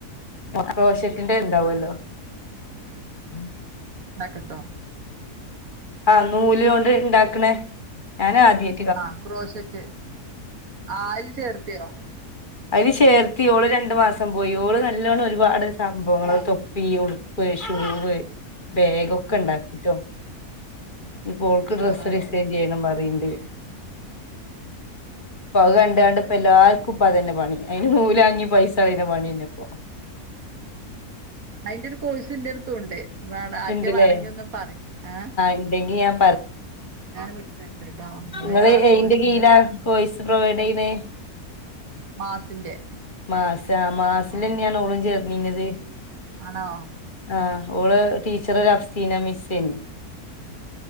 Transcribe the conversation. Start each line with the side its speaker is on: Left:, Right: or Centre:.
Left: പിന്നെ <unintelligible> ഇണ്ടാവല്ലോ മം
Right: <unintelligible>
Left: ആഹ് നൂല് കൊണ്ട് ഇണ്ടാക്കണേ ഞാനു ആദ്യാ
Right: ആഹ് ക്രോശെറ്റ് ആഹ് അയില് ചേർത്തിയോ?
Left: അയില് ചേർത്തി ഓള് രണ്ടു മാസം പോയി ഓള് നല്ലവണ്ണം ഒരുപാട് സംഭവങ്ങളൊക്ക് തൊപ്പ് പ്പി ഉടുപ്പ് ഷൂവ് ബേഗൊക്കെ
Right: ആഹ്
Left: ഇണ്ടാക്കിട്ടോ
Right: ആഹ് ആഹ് ശരി
Left: ഇനിപ്പോ
Right: നല്ല
Left: ഓൾക്ക്
Right: ഉഷാറാണത്
Left: ഡ്രസ്സ് ഡിസൈൻ ചെയ്യണം പറയ്ണ്ട് ഇപ്പൊ അത് കണ്ട്
Right: അതേമാതിരി
Left: കാണ്ട് ഇപ്പോ എല്ലാർക്കും ഇപ്പ അതന്നെ പണി അയിന് നൂലാങ്ങി പൈസ കളയണ പണിയെന്നെ ഇപ്പൊ
Right: ഉം ഉം അയിന്റെ ഒരു കോഴ്സിന്റെടുത്തുണ്ട് വേണാ ആർക്കെ
Left: ഇണ്ട്ല്ലേ
Right: വേണെങ്കി ഒന്ന് പറയ് ആഹ്
Left: ഇണ്ടെങ്കി ഞാൻ
Right: ഞാന് വിട്ടരണ്ട് ട്ടോ നിങ്ങള്
Left: ഇങ്ങള്
Right: ആ
Left: എയിന്റെ
Right: കോഴ്സിന്
Left: കീയിലാ കോയ്സ് പ്രൊവൈഡ് ചെയ്യണ്
Right: മാസിന്റെ
Left: മാസ് ആഹ് മാസിലെന്നെയാണ്
Right: ആഹ്
Left: ഓളും ചേർന്നീനിയത്
Right: ആണോ?
Left: ആഹ് ഓള് ടീച്ചറ് ഒര് അഫ്സീന മിസ്സേനി